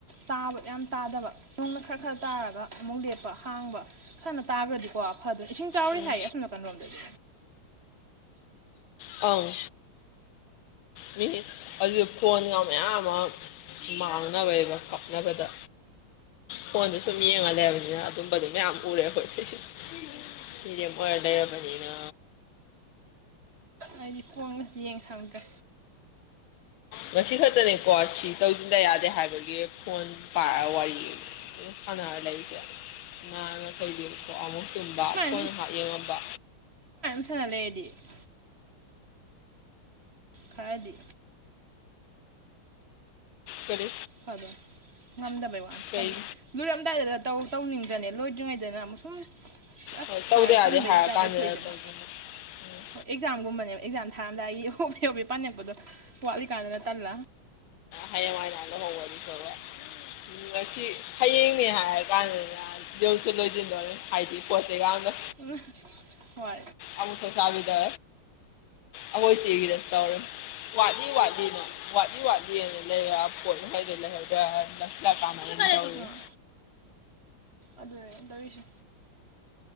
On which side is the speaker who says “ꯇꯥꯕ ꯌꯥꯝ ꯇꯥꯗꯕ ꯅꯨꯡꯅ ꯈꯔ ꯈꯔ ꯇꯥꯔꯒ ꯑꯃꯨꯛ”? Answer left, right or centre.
Right